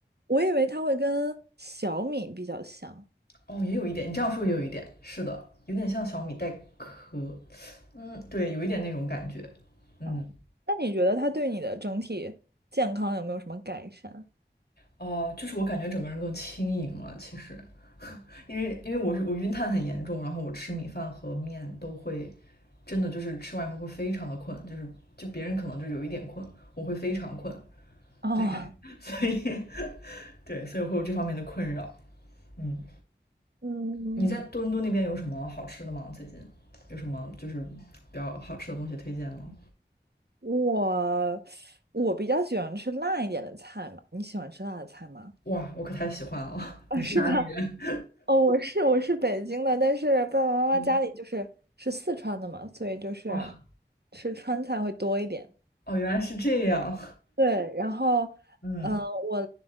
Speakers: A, on the right; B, on the left.
A: 我以为它会跟小米比较像。
B: 哦，也有一点，你这样说也有一点，是的，有点像小米带壳，嗯，对，有一点那种感觉，嗯，
A: 哦，那你觉得它对你的整体健康有没有什么改善？
B: 哦、就是我感觉整个人更轻盈了，其实，因为因为我是我晕碳很严重，然后我吃米饭和面都会，真的就是吃完以后会非常的困，就是就别人可能就有一点困，我会非常困，
A: 哦，
B: 对，<laughs> 所以对，所以会有这方面的困扰。嗯，
A: 嗯，
B: 你在多伦多那边有什么好吃的吗？最近有什么就是比较好吃的东西推荐吗？
A: 我我比较喜欢吃辣一点的菜嘛，你喜欢吃辣的菜吗？
B: 哇，我可太喜欢了！<laughs>
A: <laughs> 啊，
B: 你是哪里人？
A: 是吧？哦，我是我是北京的，但是爸爸妈妈家里就是是四川的嘛，
B: 嗯
A: 所以就是
B: 哇，
A: 吃川菜会多一点。
B: 哦，原来是这样。
A: 对，然后，
B: 嗯
A: 嗯、我